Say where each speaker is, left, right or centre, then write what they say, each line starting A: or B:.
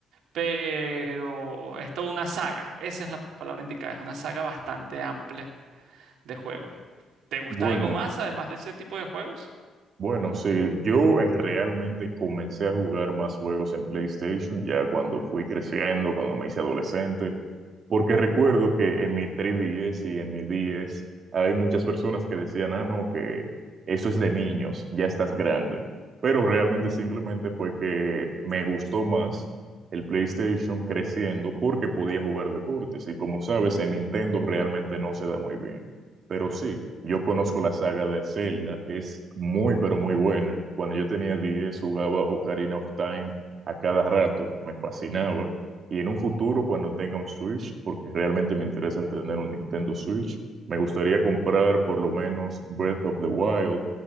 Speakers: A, on the right (about 75°); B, on the right (about 50°).
A: pero es toda una saga. Esa es la palabra indicada, es una saga bastante amplia de juegos. ¿Te gusta
B: Bueno,
A: algo más además de ese tipo de juegos?
B: bueno, sí, yo eh, realmente comencé a jugar más juegos en PlayStation ya cuando fui creciendo, cuando me hice adolescente, Porque recuerdo que en mi tres ds y en mi 10 hay muchas personas que decían, ah, no, que eso es de niños, ya estás grande. Pero realmente simplemente fue que me gustó más el PlayStation creciendo porque podía jugar deportes. Y como sabes, en Nintendo realmente no se da muy bien. Pero sí, yo conozco la saga de Zelda, es muy, pero muy buena. Cuando yo tenía 10 jugaba Ocarina of Time a cada rato, me fascinaba. Y en un futuro, cuando tenga un Switch, porque realmente me interesa en tener un Nintendo Switch, me gustaría comprar por lo menos Breath of the Wild,